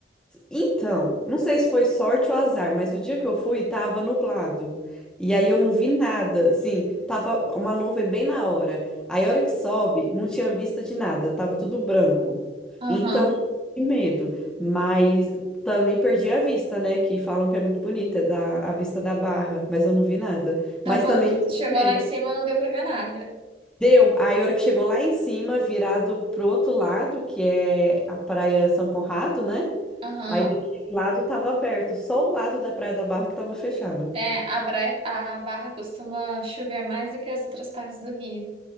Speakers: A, in the centre; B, on the right.
A: Então, não sei se foi sorte ou azar, mas o dia que eu fui tava nublado. E aí eu não vi nada, assim, tava uma nuvem bem na hora. Aí a hora que sobe, não tinha vista de nada, tava tudo branco.
B: Aham.
A: Então, que medo. Mas também perdi a vista, né? Que falam que é muito bonita, é da, a vista da Barra, mas eu não vi nada.
B: Então,
A: Mas
B: quando
A: também
B: você
A: não senti
B: chegou
A: medo.
B: lá em cima, não deu pra ver nada.
A: Deu. Aí a hora que chegou lá em cima, virado pro outro lado, que é a Praia São Conrado, né?
B: Aham.
A: Aí daquele lado tava aberto, só o lado da Praia da Barra que tava fechado.
B: É, a, Bra- a Barra costuma chover mais do que as outras partes do Rio.